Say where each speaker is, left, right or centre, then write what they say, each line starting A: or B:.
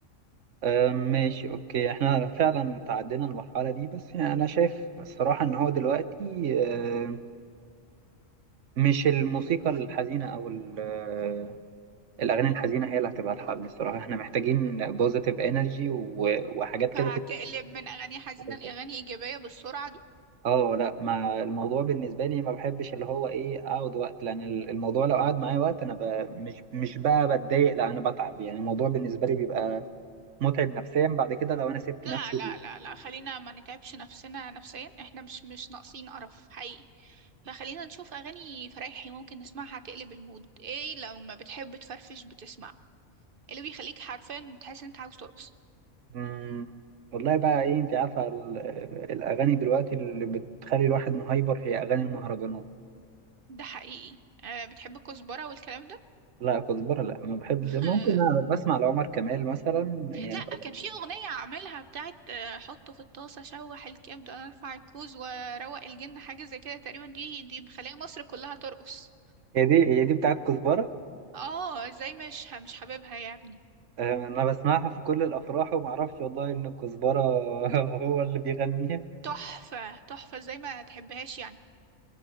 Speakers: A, on the right; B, on the right.
A: آه ماشي اوكي احنا فعلا تعدينا المرحلة دي بس يعني انا شايف الصراحة ان هو دلوقتي آه مش الموسيقى الحزينة او ال- آه، الاغاني الحزينة هي اللي هتبقى الحل الصراحة احنا محتاجين بوزيتيف انرجي وحاجات
B: فهتقلب
A: كده
B: من أغاني حزينة
A: تدينا
B: لأغاني إيجابية بالسرعة دي
A: اه لا ما الموضوع بالنسبه لي ما بحبش اللي هو ايه اقعد وقت لان ال- الموضوع لو قعد معايا وقت انا ب... مش مش بقى بتضايق لا انا بتعب يعني الموضوع بالنسبه لي بيبقى متعب نفسيا بعد كده لو انا سبت
B: لا
A: نفسي
B: لا
A: ليه.
B: لا لا خلينا ما نتعبش نفسنا نفسيا احنا مش مش ناقصين قرف حقيقي فخلينا نشوف أغاني فرايحي ممكن نسمعها تقلب المود ايه لو ما بتحب تفرفش بتسمع اللي بيخليك حرفيا تحس ان انت عاوز ترقص
A: مم، والله بقى ايه انت عارفه ال... الاغاني دلوقتي اللي بتخلي الواحد مهايبر هي اغاني المهرجانات
B: ده حقيقي أه بتحب الكزبرة والكلام ده
A: لا كزبره لا ما بحبش
B: <laughs>
A: ممكن أنا بسمع لعمر كمال مثلا يعني
B: لا كان في أغنية عاملها بتاعت آه، حطه في الطاسة شوح الكبدة ارفع الكوز وروق الجن حاجة زي كده تقريبا دي دي مخلية مصر كلها ترقص
A: هي دي هي دي بتاعت كزبره
B: اه ازاي مش ه- مش حاببها يا ابني
A: آه، انا بسمعها في كل الافراح وما اعرفش والله ان الكزبره <laughs> هو اللي بيغنيها
B: تحفة تحفة ازاي ما تحبهاش يعني